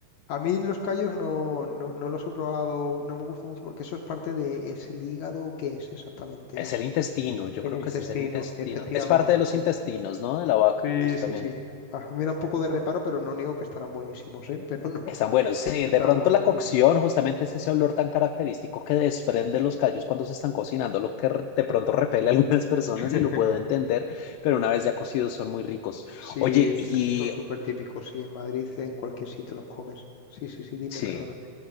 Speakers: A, on the left; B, on the left.
A: A mí los callos no, no, no los he probado, no me gusta mucho porque eso es parte de, ¿es el hígado o qué es exactamente?
B: Es
A: Es
B: el intestino, yo
A: el
B: creo
A: intestino,
B: que ese es el intestino.
A: efectivamente,
B: Es parte de los
A: sí.
B: intestinos, ¿no? De la vaca,
A: Sí,
B: justamente.
A: sí, sí. Ah, me da un poco de reparo, pero no niego que estarán buenísimos, ¿eh? Pero no <laughs>
B: Están buenos. Sí,
A: están
B: de pronto
A: buenos,
B: la cocción,
A: sí.
B: justamente es ese olor tan característico que desprenden los callos cuando se están cocinando, lo que r- de pronto repele a algunas personas
A: <laughs>
B: y lo puedo entender, pero una vez ya cocidos son muy ricos.
A: Sí,
B: Oye, y
A: aquí son súper típicos, sí, en Madrid, en cualquier sitio los comes. Sí, sí, sí, dime,
B: sí.
A: perdona.